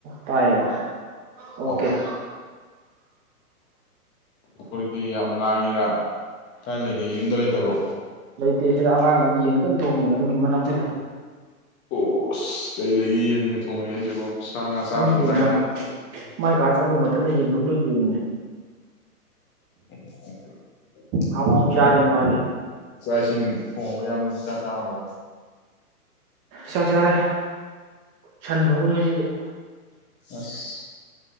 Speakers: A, on the right; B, on the left.
A: ꯇꯥꯏꯌꯦꯕ ꯑꯣꯀꯦ
B: ꯑꯧ
A: <unintelligible>
B: ꯑꯩꯈꯣꯏꯒꯤ ꯌꯥꯝ ꯂꯥꯡꯉꯤꯔ ꯀꯥꯏ ꯂꯩꯒꯦ ꯌꯨꯝꯗ ꯂꯩꯇꯕ꯭ꯔꯣ
A: ꯇꯦꯁꯤꯗ ꯑꯉꯥꯡ ꯑꯃ ꯌꯦꯟ ꯀꯟꯅ ꯊꯣꯡꯉꯤ ꯑꯗꯨꯒꯤ ꯃꯅꯥꯛꯇ ꯂꯩ
B: ꯑꯣꯁ ꯀꯩ ꯂꯩꯒ ꯌꯦꯟꯒ ꯊꯣꯡꯉꯦ ꯍꯥꯏꯖꯤꯕꯣ ꯁꯥ ꯉꯥ ꯆꯥꯗ꯭ꯔꯗꯥꯏꯅꯦ
A: ꯈꯪꯗꯦꯅ ꯃꯥꯏ ꯀꯥ ꯆꯪꯉꯨ ꯃꯊꯟꯗ ꯌꯦꯟꯊꯣꯛ ꯂꯩꯗꯕ ꯃꯤꯅꯦ
B: <inaudible>
A: ꯍꯥꯎ ꯍꯥꯎꯅ ꯆꯥꯔꯦꯅꯤ ꯃꯥꯗꯤ
B: ꯆꯥꯛ ꯏꯁꯤꯡ ꯊꯣꯡꯉꯕ ꯏꯌꯥꯝꯕ ꯍꯣꯏ ꯆꯥꯛ ꯆꯥꯔꯕꯣ
A: ꯆꯥꯛ ꯆꯥꯔꯦ ꯁꯟ ꯊꯣꯡꯉꯤ ꯉꯁꯤꯗꯤ
B: ꯑꯁ